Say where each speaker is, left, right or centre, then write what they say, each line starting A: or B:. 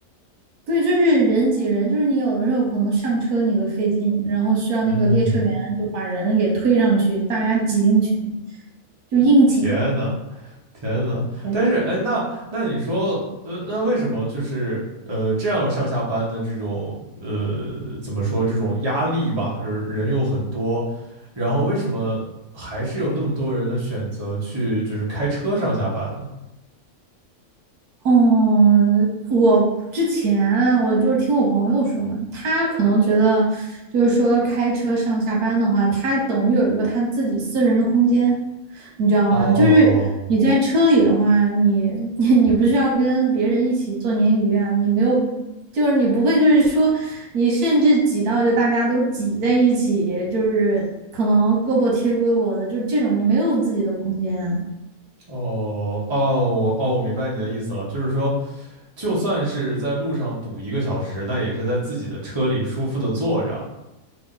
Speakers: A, on the right; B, on the right.
A: 对，就是人挤人，就是你有的时候可能上车你都费劲，然后需要那个列车员就把人给推上去，
B: 嗯，
A: 大家挤进去，就硬挤。
B: 天呐，天呐，
A: 对。
B: 但是哎，那那你说，呃，那为什么就是呃这样上下班的这种呃怎么说这种压力吧，就是人又很多，然后为什么还是有那么多人的选择去就是开车上下班呢？
A: 嗯，我之前我就是听我朋友说嘛，他可能觉得就是说开车上下班的话，他等于有一个他自己私人的空间，你知道吗？
B: 哦
A: 就是你在车里的话，你 <laughs> 你不是要跟别人一起做鲶鱼啊，你没有，就是你不会就是说你甚至挤到就大家都挤在一起，就是可能胳膊贴胳膊的，就这种你没有自己的空间。
B: 哦哦，我哦我明白你的意思了，就是说就算是在路上堵一个小时，那也是在自己的车里舒服的坐着。